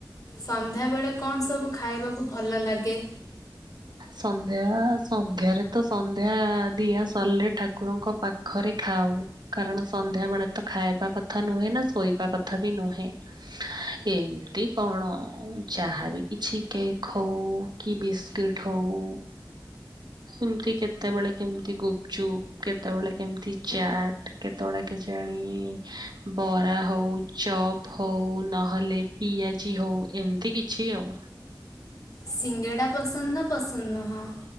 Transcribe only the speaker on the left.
ସନ୍ଧ୍ୟାବେଳେ କଣ ସବୁ ଖାଇବାକୁ ଭଲ ଲାଗେ?
ସିଙ୍ଗେଡ଼ା ପସନ୍ଦ ନା ପସନ୍ଦ ନୁହଁ।